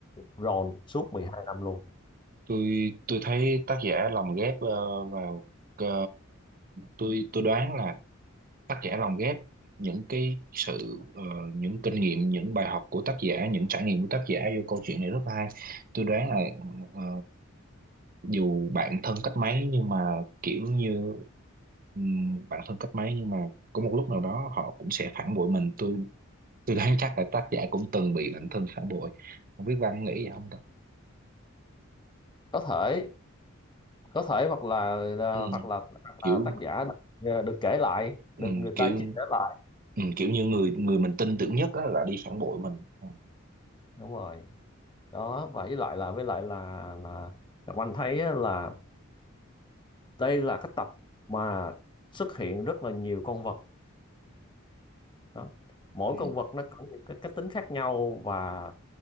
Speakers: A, on the left; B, on the right.
A: Ron suốt 12 năm luôn
B: tôi tôi thấy tác giả lồng ghép ờ, vào ờ, tôi tôi đoán là tác giả lồng ghép những cái sự ờ, những kinh nghiệm những bài học của tác giả những trải nghiệm của tác giả vô câu chuyện này rất hay tôi đoán là ờ, dù bạn thân cách mấy nhưng mà kiểu như ừm, bạn thân cách mấy nhưng mà có một lúc nào đó họ cũng sẽ phản bội mình tôi tôi đoán chắc là tác giả cũng từng bị bạn thân phản bội không biết Văn nghĩ gì không ta
A: có thể có thể hoặc là ờ,
B: ừ,
A: hoặc là, hoặc là
B: kiểu
A: tác giả được, được kể lại
B: ừ,
A: được người
B: kiểu
A: ta chia sẻ lại
B: ừ, kiểu như người người mình tin tưởng nhất á, là đi phản bội mình ừ,
A: đúng rồi đó vậy lại là với lại là là Ngọc Anh thấy á, là đây là cái tập mà xuất hiện rất là nhiều con vật đó. mỗi
B: ừ.
A: con vật nó có những cái, cái tính khác nhau và